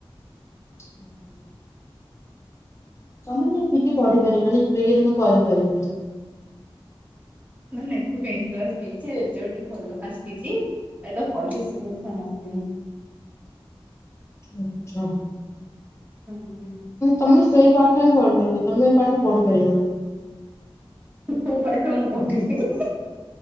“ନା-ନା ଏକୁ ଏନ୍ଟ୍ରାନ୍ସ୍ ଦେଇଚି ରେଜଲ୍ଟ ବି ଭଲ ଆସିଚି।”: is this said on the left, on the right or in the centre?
Right